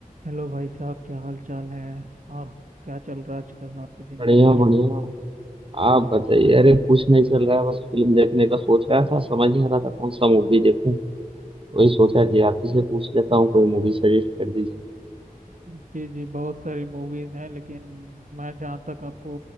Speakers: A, on the right; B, on the right.
A: हेलो भाई साहब क्या हाल चाल है और क्या चल रहा है आजकल आपकी ज़िंदगी
B: बढ़िया
A: में
B: बढ़िया आप बताइए अरे कुछ नहीं चल रहा है बस फिल्म देखने का सोच रहा था समझ नहीं आ रहा था कौन सा मूवी देखूं वही सोचा कि आप ही से पूछ लेता हूँ कोई मूवी सजेस्ट कर दीजिए
A: जी जी बहुत सारी मूवीज़ हैं लेकिन मैं जहाँ तक आपको